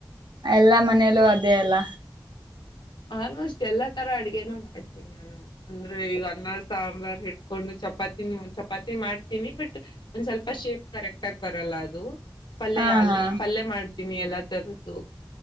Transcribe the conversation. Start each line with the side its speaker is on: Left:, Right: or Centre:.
Right: ಎಲ್ಲಾ, ಮನೆಯಲ್ಲೂ ಅದೇ ಅಲ್ಲ?
Left: ಆಲ್ಮೋಸ್ಟ್ ಎಲ್ಲಾ ತರ ಅಡ್ಗೆನು ಮಾಡ್ತೀನಿ ನಾನು ಅಂದ್ರೆ. ಈಗ ಅನ್ನ ಸಾಂಬಾರ್ ಇಟ್ಕೊಂಡು ಚಪಾತಿನ, ಚಪಾತಿ ಮಾಡ್ತೀನಿ. ಬಟ್ ಒಂದ್ ಸ್ವಲ್ಪ ಶೇಪ್ ಕರೆಕ್ಟ್ ಆಗ ಬರಲ್ಲ ಅದು. ಪಲ್ಯ,
Right: ಹಾ
Left: ಯಾಲ್
Right: ಹಾ
Left: ಪಲ್ಯ ಮಾಡ್ತೀನಿ ಎಲ್ಲಾ ತರ ಹ